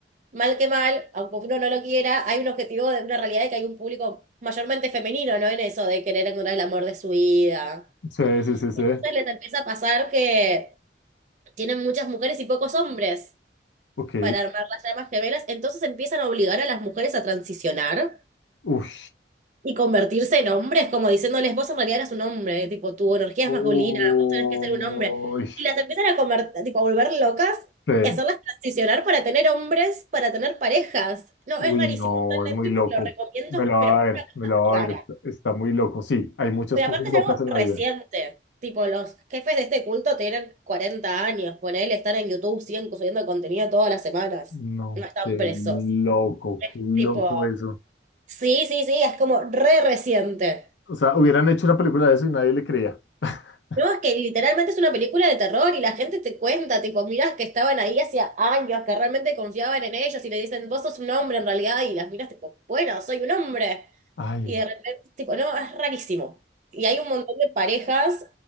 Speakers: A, on the right; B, on the left.
A: mal que mal, aunque uno no lo quiera, hay un objetivo de una realidad de que hay un público mayormente femenino, ¿no? En eso de querer encontrar el amor de su vida.
B: Sí, sí, sí, sí.
A: Entonces les empieza a pasar que tienen muchas mujeres y pocos hombres
B: Ok.
A: para armar las llamas gemelas, entonces empiezan a obligar a las mujeres a transicionar.
B: Uy.
A: Y convertirse en hombres, como diciéndoles, vos en realidad eras un hombre, tipo, tu energía
B: Uy.
A: es masculina, vos tenés que ser un hombre. Y las empiezan a convertir, tipo, a volver locas
B: Sí.
A: y hacerlas transicionar para tener hombres, para tener parejas. No,
B: Uy,
A: es rarísimo.
B: no,
A: Está en
B: es muy
A: Netflix,
B: loco.
A: lo recomiendo,
B: Me la va
A: pero una
B: a ver,
A: cosa
B: me la va
A: rara.
B: a ver. Está, está muy loco. Sí, hay muchas
A: Pero
B: cosas
A: aparte
B: locas
A: es algo
B: en
A: reciente.
B: la vida.
A: Tipo, los jefes de este culto tienen 40 años, ponele, están en YouTube, siguen subiendo contenido todas las semanas.
B: No,
A: No están
B: qué
A: presos.
B: loco,
A: Es
B: qué loco
A: tipo,
B: eso.
A: sí, sí, sí, es como re reciente.
B: O sea, hubieran hecho una película de eso y nadie le creía. <laughs>
A: No, es que literalmente es una película de terror y la gente te cuenta, tipo, miras que estaban ahí hacía años, que realmente confiaban en ellos y le dicen, vos sos un hombre en realidad, y las miras tipo, bueno, soy un hombre.
B: Ay.
A: Y de repente, tipo, no, es rarísimo. Y hay un montón de parejas